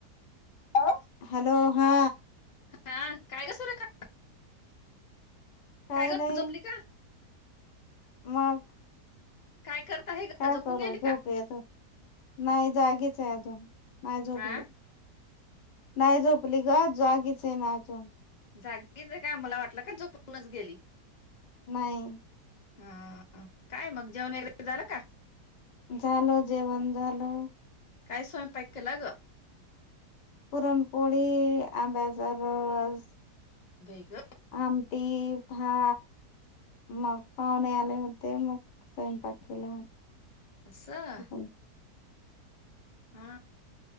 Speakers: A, on the left; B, on the left.
A: <inaudible> हॅलो हा
B: हा काय ग सुरेखा
A: काही
B: काय ग
A: नाही
B: झोपली का
A: मग
B: काय करत आहे ग
A: काय
B: झोपून
A: करू
B: गेली
A: झोप
B: का
A: येत नाही जागीच आहे अजून, नाही झोपली.
B: हा
A: नाही झोपली ग जागीच आहे ना अजून
B: जागीच काय आम्हाला वाटलं का जोपूणच गेली.
A: नाही
B: हा काय मग जेवण <inaudible> झालं का
A: झाल जेवण झालं
B: काय सय पाक केला गं
A: परणपोळी आंबा्याजरस
B: बेग
A: आमटी हा मग पाहुणे आले होते मग स्वयंपाकी केला.
B: असं
A: णप
B: हा